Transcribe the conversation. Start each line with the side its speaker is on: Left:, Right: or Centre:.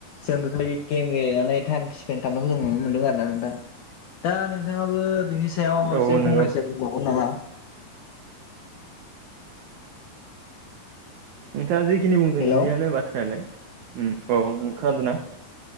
Left: जों बेफोरबायदि गेम गेलेनानै टाइम स्पेन्ड खालामनायखौ जों नुनो मोन्दों आरोना नोंथां। दा नोंथाङाबो बिनि सायाव
Right: औ
Left: एसे
Right: नंगौ
Left: फंनैसो बुंबावगोन नामा?
Right: नोंथाङा जिखिनि बुंदों
Left: हेलौ
Right: बेनियानो बाथ्रायालाय औ खोनादों ना?